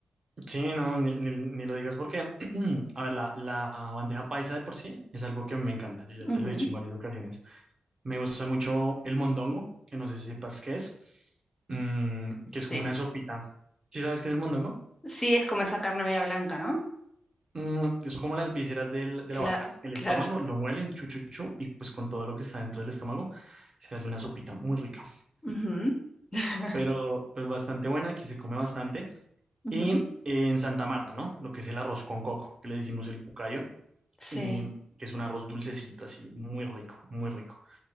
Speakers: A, on the right; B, on the left.
A: Sí, no, ni, ni- ni lo digas porque, <clears throat> a ver, la, la bandeja paisa de por sí es algo que me encanta, yo ya
B: Ujú.
A: te lo he dicho en varias ocasiones. Me gusta mucho el mondongo, que no sé si sepas qué es, mm, que
B: Sí,
A: es como una sopita. ¿Sí sabes qué es el mondongo?
B: Sí, es como esa carne media blanca, ¿no?
A: Mm, son como las vísceras del- de
B: cla-
A: la vaca, el
B: claro.
A: estómago, lo muelen, chu, chu, chu, y pues con todo lo que está dentro del estómago se hace una sopita muy rica,
B: Ujú. <laughs>
A: pero pues bastante buena, aquí se come bastante.
B: Ujú.
A: Y eh, en Santa Marta, ¿no? Lo que es el arroz con coco, que le decimos el cucayo
B: Sí.
A: eh, que es un arroz dulcecito, así, muy rico, muy rico.